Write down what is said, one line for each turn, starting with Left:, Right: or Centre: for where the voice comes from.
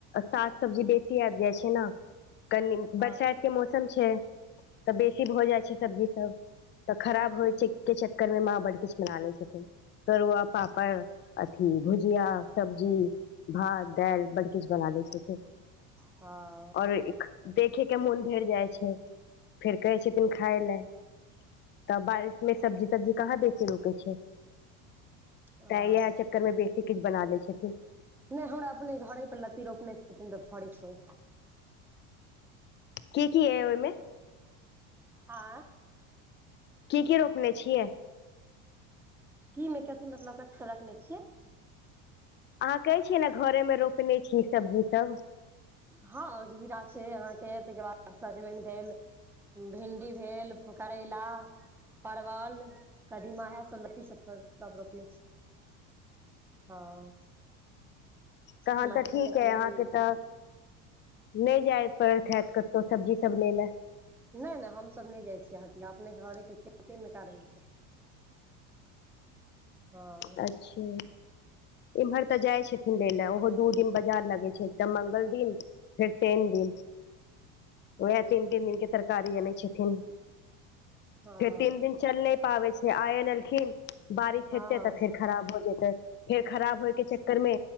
Left: साग-सब्जी बेसी आबि जाइ छै ने, कनी
Centre: हँ
Left: बरसातक मौसम छै तऽ बेसी भऽ जाइ छै सब्जी सब तऽ खराब होइ छै के चक्करमे माँ बड़ किछु मना लै छथिन, तरुआ-पापड़ भुजिया सब्जी भात, दाल, बड़ किछु बना लै छथिन, फेर
Centre: ह
Left: आओर देखैके मोन भरि जाइ छै, फेर कहै छथिन, खाय लए। तऽ बरसातमे सब्जी-तब्जी कहाँ बेसी रुकै छै
Centre: ह
Left: तऽ इएह चक्करमे बेसी किछु बना लै छथिन
Centre: नहि, हमरा अपने घरे पर लत्ती रोपने छथिन, तऽ फड़ै छै
Left: की की छै ओहिमे
Centre: आ
Left: की की रोपने छियै
Centre: की मे केथी मतलब कथी रखने छियै
Left: अहाँ कहै छियै ने घरे मे रोपने छी सब्जी सब
Centre: हँ घिरा छै अहााँके तइके बाद सजमन भेल भिण्डी भेल करैला परवल कदीमा इएह सब लत्ती सब सब रोपने छी हँ
Left: तहन
Centre: अपना
Left: तऽ ठीक है अहाँके
Centre: <unintelligible>
Left: तऽ नहि जाय पड़ैत हैत कतौ सब्जी सब ले लै
Centre: नहि नहि हमसब नहि जाइ छियै हटिया अपने घरे के खेते मे क रहै छै
Left: <inaudible>
Centre: हँ
Left: अच्छा एम्हर तऽ जाय छथिन लै लऽ ओहो दू दिन बाजार लगै छै त मंगल दिन फेर तीन दिन उएह तीन तीन दिनके तरकारी अनै छथिन
Centre: हँ
Left: फेर तीन दिन चल नहि पाबै छै आइ एन एलखिन बारिश
Centre: हँ
Left: हेतै तऽ फेर खराब हो जेतै फेर खराब होय के चक्कर मे